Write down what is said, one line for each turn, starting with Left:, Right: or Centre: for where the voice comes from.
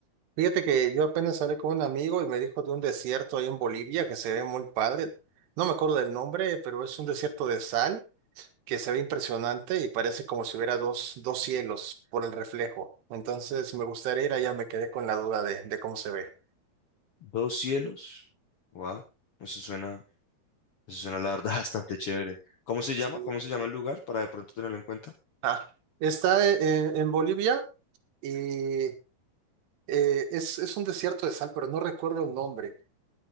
Right: Fíjate que yo apenas hablé con un amigo y me dijo de un desierto ahí en Bolivia que se ve muy padre. No me acuerdo del nombre, pero es un desierto de sal que se ve impresionante y parece como si hubiera dos, dos cielos por el reflejo. Entonces me gustaría ir allá, me quedé con la duda de, de cómo se ve.
Left: Dos cielos. Wow, eso suena, eso suena la verdad <laughs> bastante chévere. ¿Cómo se llama?
Right: Sí.
Left: ¿Cómo se llama el lugar para de pronto tenerlo en cuenta?
Right: Ah, está en, en Bolivia y eh, es, es un desierto de sal, pero no recuerdo el nombre.